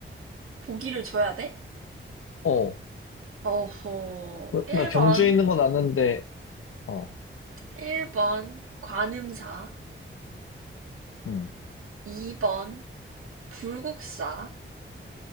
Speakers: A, on the right (about 85°); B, on the left (about 80°).
A: 보기를 줘야 돼?
B: 어,
A: 어호,
B: 나,
A: 1번
B: 나 경주에 있는 건 아는데, 어,
A: 일 번 관음사,
B: 음,
A: 이 번 불국사,